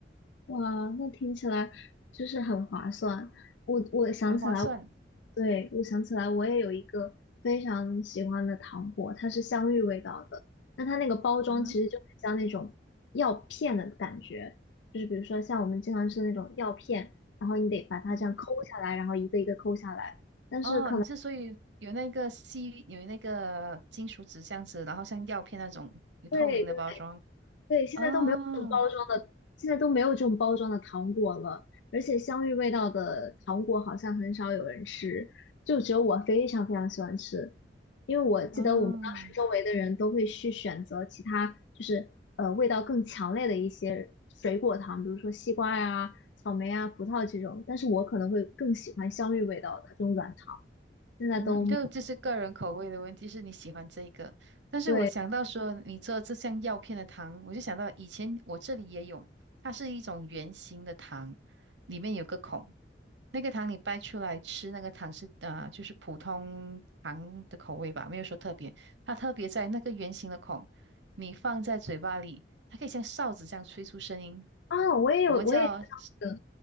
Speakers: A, on the left; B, on the right.
A: 哇，那听起来就是很划算。我我想起来，
B: 很划算。
A: 对，我想起来，我也有一个非常喜欢的糖果，它是香芋味道的。那它那个包装其实就很像那种药片的感觉，
B: 嗯哼
A: 就是比如说像我们经常吃的那种药片，然后你得把它这样抠下来，
B: 嗯哼。
A: 然后一个一个抠下来。但是可能
B: 哦，你之所以有那个吸，有那个金属纸这样子，然后像药片那种有透明的包装。
A: 对对，现在都没有这种包装的，
B: 哦
A: 现在都没有这种包装的糖果了，而且香芋味道的糖果好像很少有人吃，就只有我非常非常喜欢吃，因为我记得我们当时周围的人都会去选择其他，
B: 哦，
A: 就是呃味道更强烈的一些水果糖，比如说西瓜呀、草莓啊、葡萄这种，但是我可能会更喜欢香芋味道的这种软糖，现在都
B: 嗯，就这是个人口味的问题，是你喜欢这个。但是我想到说你做这项药片的糖，
A: 对
B: 我就想到以前我这里也有，它是一种圆形的糖，里面有个孔，那个糖你掰出来吃，那个糖是呃就是普通糖的口味吧，没有说特别。它特别在那个圆形的孔，你放在嘴巴里，它可以像哨子这样吹出声音，
A: 啊，我也有，
B: 我们叫
A: 我也知道这个，
B: <laughs>